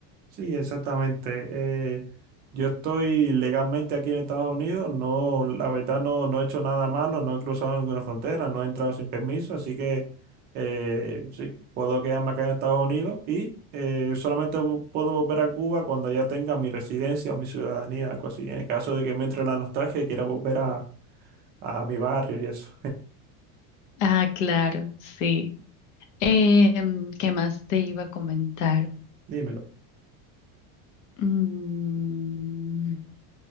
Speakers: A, on the right (about 25°); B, on the left (about 70°).
A: Sí, exactamente. Eh, yo estoy legalmente aquí en Estados Unidos, no, la verdad no, no he hecho nada malo, no he cruzado ninguna frontera, no he entrado sin permiso, así que eh, sí, puedo quedarme acá en Estados Unidos y eh, solamente vo- puedo volver a Cuba cuando ya tenga mi residencia o mi ciudadanía, algo así, en el caso de que me entre la nostalgia y quiera volver a, a mi barrio y eso.
B: Ah, claro, sí. Em, ¿qué más te iba a comentar?
A: <laughs> Dímelo.
B: Mm,